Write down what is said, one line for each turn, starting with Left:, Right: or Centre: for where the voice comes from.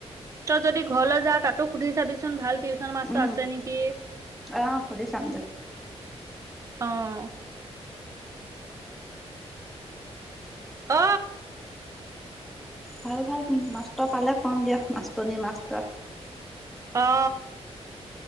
Right: তই যদি ঘৰলৈ যাৱ, তাতো সুধি চাবিচোন, ভাল টিউচন মাষ্টৰ
Centre: উম
Right: আছে নেকি।
Centre: অ সুধি চাম দিয়ক
Right: অ' ঔ
Centre: ভাল, ভাল মাষ্টৰ পালে। কম দিয়া, মাষ্টৰনী-মাষ্টৰ।
Right: অ।